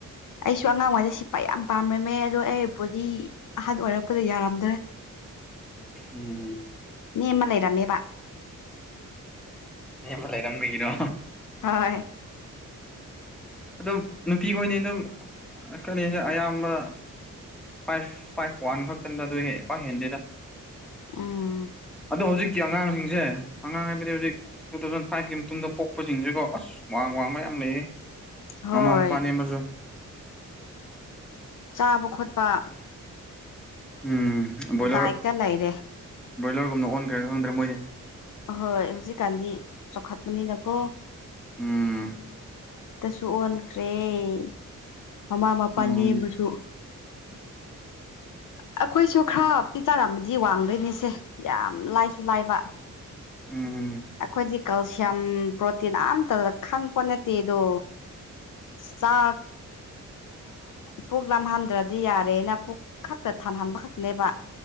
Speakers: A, on the left (about 70°); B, in the centre.
A: ꯑꯩꯁꯨ ꯑꯉꯥꯡꯋꯥꯩꯗ ꯁꯤꯠꯄ ꯌꯥꯝ ꯄꯥꯝꯔꯝꯃꯦ ꯑꯗꯣ ꯑꯩ ꯕꯣꯗꯤ ꯑꯍꯥꯟꯕ ꯑꯣꯏꯔꯛꯄꯗ ꯌꯥꯔꯝꯗ꯭ꯔꯦ <unintelligible>
B: ꯎꯝ
A: ꯅꯦꯝꯃ ꯂꯩꯔꯝꯃꯦꯕ
B: ꯅ ꯃ ꯂꯩꯔꯝꯕꯒꯔꯣ
A: ꯍꯣꯏ
B: ꯑꯗꯨꯝ ꯅꯨꯄꯤ ꯈꯣꯏꯅꯤ ꯑꯗꯨꯝ ꯀ ꯑꯌꯥꯝꯕ ꯐꯥꯏꯚ ꯐꯥꯏꯚ ꯋꯥꯟ ꯈꯛꯇꯅꯤꯗ ꯑꯗꯨ ꯍꯦꯛ ꯄ ꯍꯦꯟꯗꯦꯗ
A: ꯎꯝ
B: ꯑꯗꯣ ꯍꯧꯖꯤꯛꯀꯤ ꯑꯉꯥꯡꯁꯤꯡꯁꯦ ꯑꯉꯥꯡ ꯍꯥꯏꯕꯗꯤ ꯍꯧꯖꯤꯛ ꯇꯨ ꯊꯥꯎꯖꯟ ꯐꯥꯏꯚꯀꯤ ꯃꯇꯨꯡꯗ ꯄꯣꯛꯄꯁꯤꯡꯁꯤꯦꯀꯣ ꯑꯁ ꯋꯥꯡꯕ ꯋꯥꯡꯕ ꯌꯥꯝ ꯂꯩꯌꯦ
A: ꯍꯣꯏ
B: ꯃꯃꯥ ꯃꯄꯥ ꯅꯦꯝꯕꯁꯨ
A: ꯆꯥꯕ ꯈꯣꯠꯄ
B: ꯎꯝ ꯕꯣꯏꯂꯔ
A: ꯗꯥꯏꯠꯇ ꯂꯩꯔꯦ
B: ꯕ꯭ꯔꯣꯏꯂꯔꯒꯨꯝꯅ ꯑꯣꯟꯈ꯭ꯔꯦꯒ ꯈꯪꯗ꯭ꯔꯦ ꯃꯣꯏꯗꯤ
A: ꯑꯍꯣꯏ ꯍꯧꯖꯤꯛꯀꯥꯟꯗꯤ ꯆꯥꯎꯈꯠꯄꯅꯤꯅꯀꯣ
B: ꯎꯝ
A: ꯁꯨ ꯑꯣꯟꯈ꯭ꯔꯦ ꯃꯃꯥ ꯃꯄꯥ
B: ꯎꯝ
A: ꯅ ꯑꯃꯁꯨ ꯑꯩꯈꯣꯏꯁꯨ ꯈꯔ ꯄꯤ ꯆꯔꯃꯗꯤ ꯋꯥꯡꯗꯣꯏꯅꯦꯁꯦ ꯌꯥꯝ ꯂꯥꯏꯁꯨ ꯂꯥꯏꯕ
B: ꯎꯝ
A: ꯑꯩꯈꯣꯏꯗꯤ ꯀꯦꯜꯁꯤꯌꯝ ꯄ꯭ꯔꯣꯇꯤꯟ ꯑꯇꯗ ꯈꯪꯄꯣꯠ ꯅꯠꯇꯦꯗꯣ ꯆꯥꯛ ꯄꯨꯛ ꯂꯥꯍꯟꯗ꯭ꯔꯗꯤ ꯌꯥꯔꯦꯅ ꯄꯨꯛ ꯈꯛꯇ ꯊꯥꯟꯍꯟꯕ ꯈꯛꯇꯅꯦꯕ